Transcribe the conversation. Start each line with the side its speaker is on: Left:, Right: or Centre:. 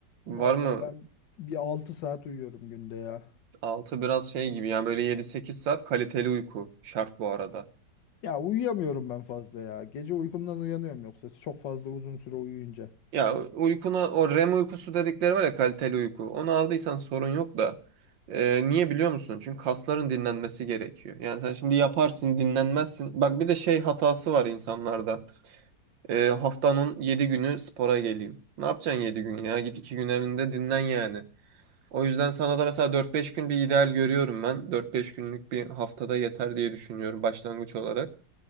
Right: Var
Left: Vallahi
Right: mı?
Left: ben bir altı saat uyuyorum günde ya.
Right: altı biraz şey gibi yani böyle yedi sekiz saat kaliteli uyku şart bu arada.
Left: Ya uyuyamıyorum ben fazla ya. Gece uykumdan uyanıyorum yoksa çok fazla uzun süre uyuyunca.
Right: Ya uykuna o REM uykusu dedikleri var ya kaliteli uyku. Onu aldıysan sorun yok da. e, niye biliyor musun? Çünkü kasların dinlenmesi gerekiyor. Yani sen şimdi yaparsın dinlenmezsin. Bak bir de şey hatası var insanlarda. E, haftanın 7 günü spora geleyim. Ne yapacaksın 7 gün ya? Git 2 gün evinde dinlen yani. O yüzden sana da mesela dört beş gün bir ideal görüyorum ben. dört beş günlük bir haftada yeter diye düşünüyorum başlangıç olarak.